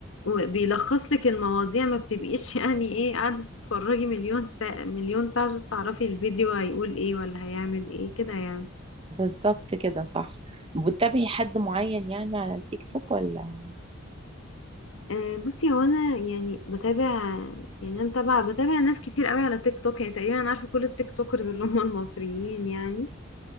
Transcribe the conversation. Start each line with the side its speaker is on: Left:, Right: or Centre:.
Left: وبيلخص لك المواضيع ما بتبقيش <laughs> يعني ايه قاعده تتفرجي مليون ساعه مليون ساعه عشان تعرفي الفيديو هيقول ايه ولا هيعمل ايه كده يعني
Right: بالظبط كده صح بتتابعي حد معين يعني على التيك توك ولا
Left: آه، بصي هو انا يعني بتابع يعني انا طبعا بتابع ناس كتير قوي على تيك توك يعني تقريبا انا عارفه كل التيك توكرز اللي هم المصريين يعني